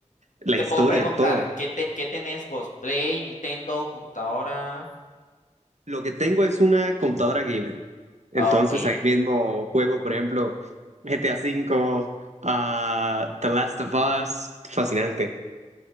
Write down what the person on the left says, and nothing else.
Te
puedo preguntar,
¿qué, te, qué tenés vos? ¿Play, Nintendo, computadora?
Ah, Ok.
ujú.